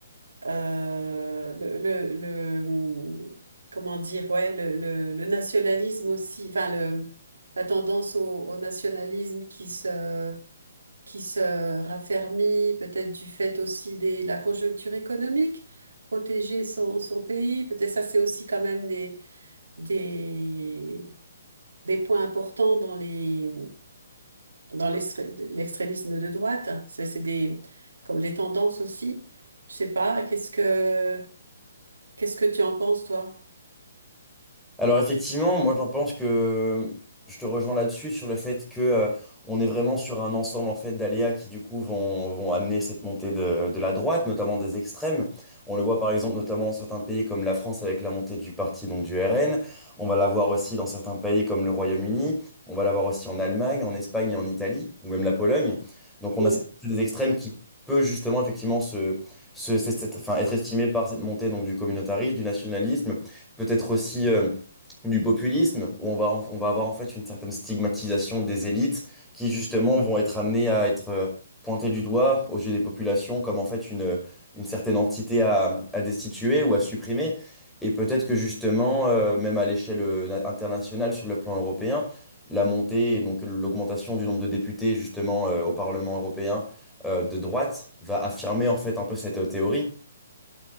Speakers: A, on the right; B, in the centre.
A: euh, le, le, le- comment dire, ouais, le, le, le nationalisme aussi, enfin le, la tendance au, au nationalisme qui se, qui se raffermit, peut-être du fait aussi des, de la conjoncture économique, protéger son, son pays, peut-être ça c'est aussi quand même des, des, des points importants dans les dans l'extré- l'extrémisme de droite. Ça, c'est des, comme des tendances aussi. Je sais pas, qu'est-ce que, qu'est-ce que tu en penses, toi?
B: Alors effectivement, moi j'en pense que je te rejoins là-dessus sur le fait que euh, on est vraiment sur un ensemble en fait d'aléas qui du coup vont, vont amener cette montée de, de la droite, notamment des extrêmes. On le voit par exemple notamment dans certains pays comme la France avec la montée du parti donc du RN. On va l'avoir aussi dans certains pays comme le Royaume-Uni. On va l'avoir aussi en Allemagne, en Espagne et en Italie ou même la Pologne. Donc on
A: Mm.
B: a cette montée des extrêmes qui peut justement effectivement se, se- cette- cette- enfin, être estimée par cette montée donc du communautarisme, du nationalisme, peut-être aussi euh, du populisme, où on va, en- on va avoir en fait une certaine stigmatisation des élites qui justement vont être amenées à être euh, pointées du doigt aux yeux des populations comme en fait une, une certaine entité à, à destituer ou à supprimer. Et peut-être que justement, euh, même à l'échelle euh, na- internationale, sur le plan européen, la montée et donc l'augmentation du nombre de députés justement euh, au Parlement européen euh, de droite va affirmer en fait un peu cette euh, théorie.